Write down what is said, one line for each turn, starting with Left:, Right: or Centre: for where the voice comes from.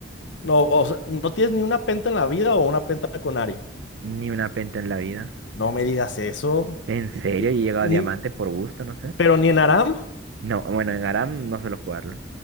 Left: no, o sea, ¿no tienes ni una penta en la vida o una penta con Ari?
Right: Ni una penta en la vida.
Left: No me digas eso.
Right: ¿En serio? Y he llegado
Left: Ni,
Right: a diamante por gusto, no sé.
Left: pero ni en ARAM.
Right: No, bueno, en Aram no suelo jugarlo.